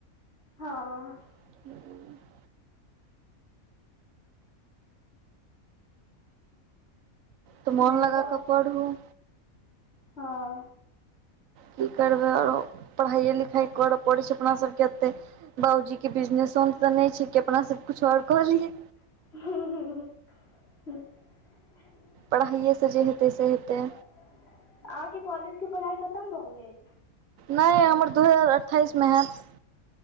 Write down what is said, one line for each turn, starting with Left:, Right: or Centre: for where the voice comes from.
Left: हँ
Right: <inaudible> तऽ
Left: नहि
Right: मोन लगाकऽ
Left: कहब
Right: पढ़ू
Left: हँ
Right: की करबै, आओर पढ़ाइ लिखाइ करऽ पड़ै छै अपना सभके एते। बाबूजीके बिजनेसमे तऽ नहि छै कि अपना सभ किछु आओर कहलियै।
Left: ह ह
Right: पढ़ाइए सँ जे हेतै से हेतै।
Left: अहाँके कॉलेज के पढ़ाई खतम भऽ गेल?
Right: नहि, हमर दू हजार अठ्ठाइसमे होयत।